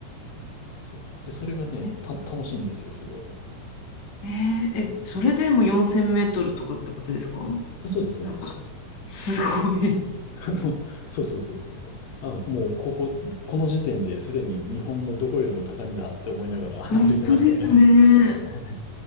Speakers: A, on the left; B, on the left.
A: そう。で、それがね、
B: え
A: た、楽しいんですよ、すごい。
B: ええ、それでも4000メートルとかってことですか
A: そうですね。
B: 高さ。すごい。
A: <laughs> あの、そうそうそうそうそう。あ、もう、ここ、この時点ですでに日本のどこよりも高いんだって思いながら
B: 本当ですね。
A: <laughs> 歩いてましたね。<laughs> はい